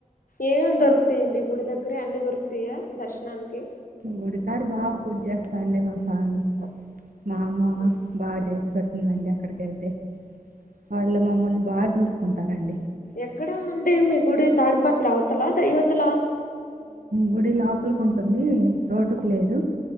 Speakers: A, on the left (about 85°); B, on the right (about 80°).
A: ఏమేమి దొరుకుతాయండి గుడి దగ్గర అన్ని దొరుకుతాయా దర్శనానికి
B: గుడికాడు బాగా పూజ్ చేస్తాండి మా స్వామి మామ
A: ఉమ్
B: బాడ వక్క హ్మ్ అక్కడికి వెళ్తే వాళ్ళ మమ్మల్ని బాగా చూస్ కుంటారండి
A: ఎక్కడా అందుకే మీ గుడి తాడిపాత్ర అవతల యువతల
B: గుడి లోపలికి ఉంటుంది రోడ్డుకు లేదు